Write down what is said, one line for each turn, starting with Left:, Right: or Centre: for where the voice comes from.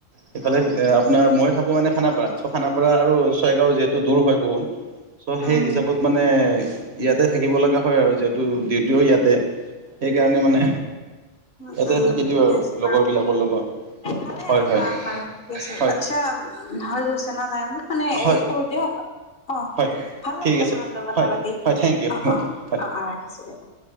Right: সেইফালে
Left: উম
Right: এ আপোনাৰ মই থাকো মানে খানাপাৰাত, খানাপাৰা আৰু ছয়গাঁও যিহেতু দূৰ হয় বহুত চ' সেই
Left: উম
Right: হিচাপত মানে ইয়াতে থাকিব লগা হয় আৰু, যিহেতু ডিউটিও ইয়াতে সেইকাৰণে মানে
Left: উম
Right: এটাই
Left: উম
Right: থাকি দিওঁ
Left: ঠিকে
Right: আৰু
Left: আছে বাৰু
Right: লগৰ বিলাকৰ লগত।
Left: ভালে
Right: হয়
Left: আছে
Right: হয়
Left: ব বাৰু আ
Right: হয়।
Left: আচ্ছা হৈ গৈছে ন তাই। মানে হেৰি
Right: হয়
Left: কৰো দিয়ক অ'
Right: হয়
Left: ভাল
Right: ঠিক
Left: লাগিল
Right: আছে
Left: আপোনাৰ লগত কথা
Right: হয়
Left: পাতি।
Right: হয় থেংক ইউ
Left: অ' অ'।
Right: হয়।
Left: অ', অ' ৰাখিছো দিয়ক। অ'